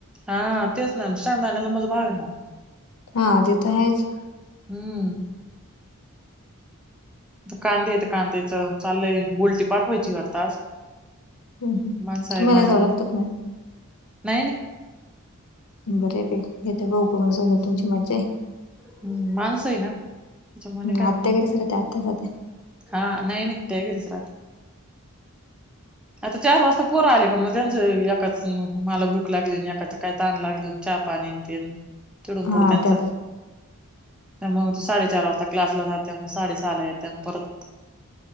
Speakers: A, in the centre; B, on the left.
A: हा तेच ना. शेंगदाण्याला मज भागलं.
B: हा. तेथं हायच.
A: हम्म. आता कांदेयेत. कांद्याच, चाललंय. गुलटी पाठवायची वाटत आज.
B: हम्, हम.
A: माणसं आहे
B: तुम्हाला
A: मळ्यामध्ये
B: जाव लागतं का मग?
A: नाही - नाही.
B: बरंय बाई. घेतय भाऊ करून
A: हम्म
B: सगळं, तुमची मज्जाय.
A: हम्म. माणसय ना. त्याच्यामुळ नाही
B: हम्म
A: काय
B: आत्या
A: वाटत.
B: घरीच राहते आत्या जाते
A: हा नाही - नाही. ते ही घरीच राहात. आता चार वाजता पोरं आले का. मग त्यांच एकाच मला भूक लागली. आणि एकाच काय ताण लागलं. चहापाणी न ते. तिडून
B: हा
A: पुड त्यांचं.
B: त्या
A: त्या मग ते साडेचार वाजता क्लासला जात्यात. मग साडे सहाला यात्यात. परत